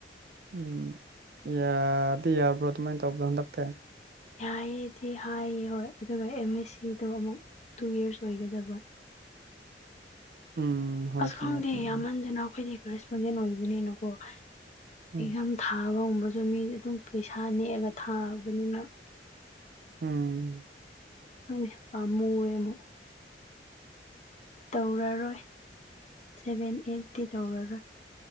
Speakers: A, on the right; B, on the left.
A: ꯎꯝ ꯌꯥꯗꯤ ꯌꯥꯕ꯭ꯔꯣ ꯑꯗꯨꯃꯥꯏꯟ ꯇꯧꯕꯗꯣ ꯍꯟꯗꯛꯇꯦ
B: ꯌꯥꯌꯦꯗꯤ ꯍꯥꯏꯌꯦ ꯍꯣꯏ ꯑꯗꯨꯒ ꯑꯦꯝ ꯑꯦꯁ ꯁꯤꯗꯣ ꯑꯃꯨꯛ ꯇꯨ ꯌꯔꯁ ꯑꯣꯏꯒꯗꯕ
A: ꯎꯝ ꯍꯣꯏ
B: ꯑꯁ
A: ꯆꯨꯝꯃꯦ
B: ꯈꯪꯗꯦ
A: ꯆꯨꯝꯃꯦ
B: ꯌꯥꯝꯃꯟꯗꯅ ꯑꯈꯣꯏꯗꯤ ꯀꯔꯦꯁꯄꯣꯟꯗꯦꯟꯠ ꯑꯣꯏꯕꯅꯤꯅꯀꯣ
A: ꯎꯝ
B: ꯑꯦꯛꯖꯥꯝ ꯊꯥꯕꯒꯨꯝꯕꯁꯨ ꯃꯤꯗꯤ ꯑꯗꯨꯝ ꯄꯩꯁꯥ ꯅꯦꯛꯑꯒ ꯊꯥꯕꯅꯤꯅ
A: ꯎꯝ
B: ꯈꯪꯗꯦ ꯄꯥꯝꯃꯨꯌꯦ ꯑꯃꯨꯛ ꯇꯧꯔꯔꯣꯏ ꯁꯦꯚꯦꯟ ꯑꯦꯠꯇꯤ ꯇꯧꯔꯔꯣꯏ